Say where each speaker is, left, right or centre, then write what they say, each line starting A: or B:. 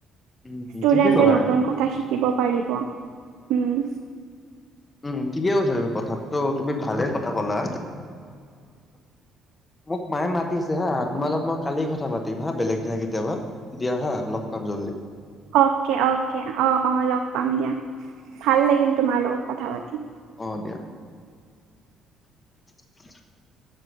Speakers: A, on the left; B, on the right.
A: উম
B: ষ্টুডেণ্টে
A: ঠিকে ক'লা
B: নতুন কথা শিকিব পাৰিব উম।
A: উম ঠিকে কৈছা তুমি কথাতটো তুমি ভালে কথা ক'লা।
B: <inaudible>
A: মোক মায়ে মাতিছে হা তোমাৰ লগত মই কালি কথা পাতিম হা বেলেগ দিনা কেতিয়াবা দিয়া হা লগ। <unintelligible>
B: অক অকে অ অ লগ পাম দিয়া ভাল লাগিল তোমাৰ লগত কথা পাতা।
A: অ দিয়া। <inaudible>